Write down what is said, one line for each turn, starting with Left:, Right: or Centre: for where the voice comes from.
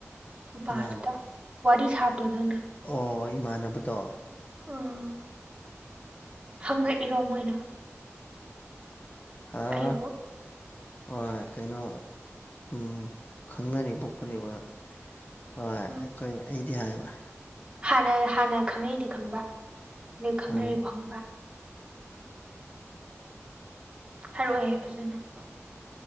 Right: ꯅꯨꯄꯥꯗꯨꯗ
Left: ꯀꯅꯥꯅꯣ
Right: ꯋꯥꯔꯤ ꯁꯥꯕꯗꯣ ꯅꯪꯅ
Left: ꯑꯣ ꯏꯃꯥꯟꯅꯕꯗꯣ
Right: ꯑ ꯍꯪꯉꯛꯏꯔꯣ ꯃꯣꯏꯅ꯫
Left: ꯑꯥ꯫
Right: ꯑꯩꯕꯨ
Left: ꯍꯣꯏ ꯀꯩꯅꯣ ꯎꯝ ꯈꯪꯅꯔꯤꯕꯣ ꯈꯣꯠꯂꯤꯕꯅ ꯍꯣꯏ ꯑꯩꯈꯣꯏ
Right: ꯎꯝ
Left: ꯑꯩꯗꯤ ꯍꯥꯏꯕ꯫
Right: ꯍꯥꯟꯅ ꯍꯥꯟꯅ ꯈꯪꯅꯔꯤꯗꯤ ꯈꯪꯕ ꯑꯗꯩ ꯈꯪꯅꯔꯤꯕ
Left: ꯍꯣꯏ
Right: ꯍꯪꯕ ꯍꯥꯔꯛꯑꯣꯍꯦ ꯐꯖꯅ ꯅꯪ꯫